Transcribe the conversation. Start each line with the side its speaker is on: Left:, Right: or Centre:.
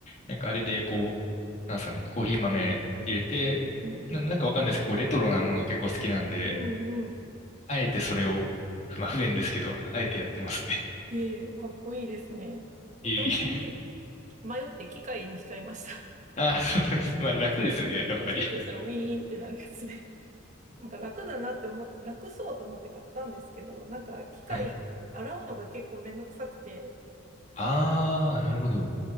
Left: なんかあれでこう、なんですかね、コーヒー豆入れて、
Right: うん、
Left: な、なんかわかんないですけど、
Right: うん。
Left: こうレトロなもの結構好きなんで、
Right: うん、うん。
Left: あえてそれを、まあ不便ですけど、あえてやってますね。
Right: へえ、かっこいいですね。
Left: <laughs>
Right: 私、
Left: いえいえ。
Right: 迷って機械にしちゃいました。
Left: あ、そうです。まあ楽ですよね、
Right: <laughs> なんか、
Left: やっぱり。
Right: ポチッとしたらウィーンってなるやつで。なんか楽だなって思っ、楽そうと思って買ったんですけど、なんか機械洗うのが結構めんどくさくて、
Left: はい。ああ、なるほど。